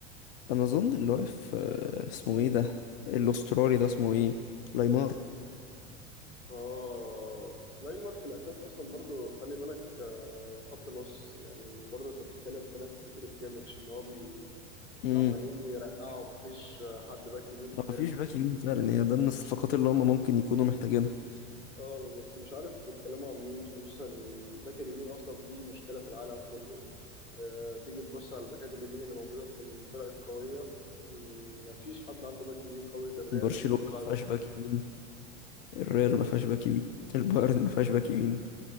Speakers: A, on the left (about 50°); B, on the left (about 80°).
A: انا اظن اللي واقف آه، اسمه ايه ده الاسترالي ده اسمه ايه لايمار
B: اه لايمر في الاساس اصلا برضو خلي بالك آه، خط نص يعني برضو انت بتتكلم في نفس فكره كيميتش ان هو بي
A: امم
B: عمالين يرقعوا مفيش آه، حد باك يمين اساسي
A: مفيش باك يمين فعلا هي ده من الصفقات اللي هم ممكن يكونوا محتاجينها
B: اه بس مش عارف بيتكلموا عن مين خصوصا ان الباك اليمين اصلا فيه مشكله في العالم كله آه، تيجي تبص على الباكات اليمين اللي موجوده في الفرق القويه مم، مفيش حد عنده باك يمين قوي غير ريال
A: برشلونة
B: مدريد بعد
A: ما فيهاش باك يمين الريال ما
B: آه،
A: فيهاش باك يمين البايرن ما فيهاش باك يمين